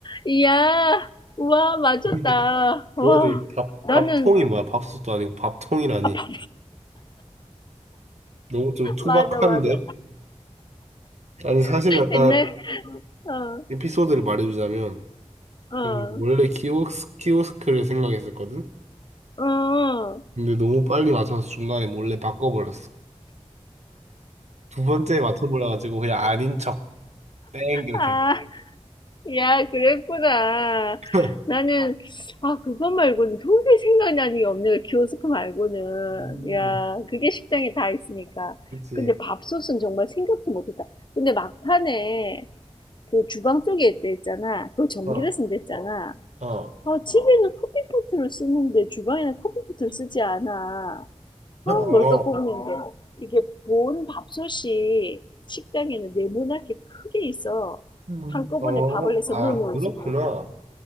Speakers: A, on the left (about 40°); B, on the right (about 75°).
A: 이야. 와, 맞췄다.
B: 근데, 그거
A: 와,
B: 되게 밥, 밥통이
A: 나는,
B: 뭐야? 밥솥도 아니고 밥통이라니.
A: 아, <laughs> 밥,
B: 너무 좀 투박한데?
A: 맞아, 맞아.
B: 아니, 사실 약간
A: 옛날, 어,
B: 에피소드를 말해주자면,
A: 어,
B: 저기 원래 키오스, 키오스크를 생각했었거든?
A: 어.
B: 근데 너무 빨리 맞춰서 중간에 몰래 바꿔버렸어. 두 번째 맞춰버려가지고 그냥 아닌 척, 땡, 이렇게.
A: 아, 야, 그랬구나.
B: <laughs>
A: 나는, 아, 그거 말고는 도저히 생각나는 게 없네. 그 키오스크 말고는.
B: 음,
A: 야, 그게 식당에 다 있으니까.
B: 그치.
A: 근데 밥솥은 정말 생각도 못했다. 근데 막판에 그 주방 쪽에 있 했잖아. 그거 전기를
B: 어,
A: 쓴다 어, 했잖아.
B: 어,
A: 아, 어. 집에는 커피포트를 쓰는데 주방에는 커피포트를 쓰지 않아.
B: 어,
A: 어 뭘까 고민인데 이게 본 밥솥이 식당에는 네모나게 크게 있어
B: 음,
A: 한꺼번에
B: 어.
A: 밥을 해서
B: 아,
A: 넣어 놓을
B: 그렇구나.
A: 수 있는 거.